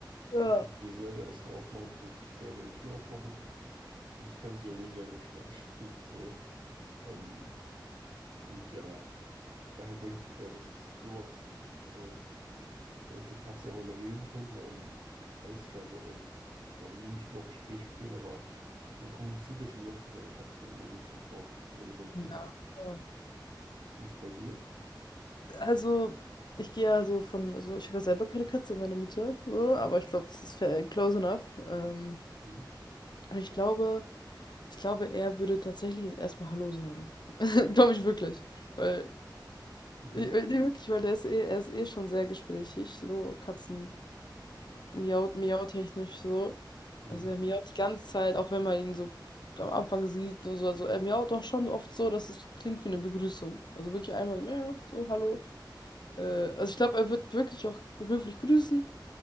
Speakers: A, on the left; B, on the right.
A: Ja,
B: Die kann sich selber Essen aufmachen, die kann sich nicht selber eine Tür aufmachen. Und ich kann sie auch nicht selber streicheln und so. Ähm, und ja, daher denke ich eher, das ist sowas Und äh, wenn jetzt eine Katze auch einmal reden könnte, dann weiß ich gar nicht, ob man so, da würde man bestimmt auch Gespräche führen, aber man kommuniziert ja schon jetzt mit seiner Katze in einer gewissen Form oder mit seinem Tier.
A: Ja. ja.
B: Wie ist es bei dir?
A: also ich gehe ja so von, also ich habe ja selber keine Katze, meine Mutter, so, aber ich glaube, das ist fair- close enough. Ähm,
B: Mhm.
A: und ich glaube, ich glaube, er würde tatsächlich erstmal Hallo sagen. <laughs> Glaube ich wirklich. Weil
B: Mhm.
A: Ich, äh, nee, wirklich, weil der ist eh, er ist eh schon sehr gesprächig, so Katzen miaut, miautechnisch so.
B: Mhm.
A: Also er miaut die ganze Zeit, auch wenn man ihn so am Anfang sieht und so. Also er miaut auch schon oft so, dass es klingt wie eine Begrüßung. Also wirklich einmal so, miau, so hallo. Äh, also ich glaube, er wird wirklich auch höflich grüßen,